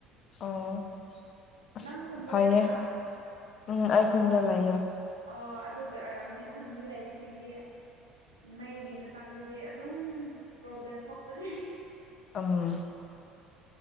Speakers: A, on the left; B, on the right.
A: ꯑꯣ ꯑꯁ
B: ꯅꯪ ꯈꯨꯟꯗ
A: ꯐꯩꯌꯦ
B: ꯂꯩꯕ꯭ꯔꯥ
A: ꯎꯝ ꯑꯩꯥꯈꯨꯟꯗ ꯂꯩꯌꯦ
B: ꯑ ꯑꯗꯨꯒꯤ ꯑꯣꯏꯔꯝꯅꯤ ꯈꯨꯟꯗ ꯂꯩꯕꯁꯤꯡꯗꯤ ꯃꯩꯒꯤ ꯃꯇꯥꯡꯗꯗꯤ ꯑꯗꯨꯝ ꯄ꯭ꯔꯣꯕ꯭ꯂꯦꯝ ꯊꯣꯛꯄꯅꯤ
A: ꯑꯝ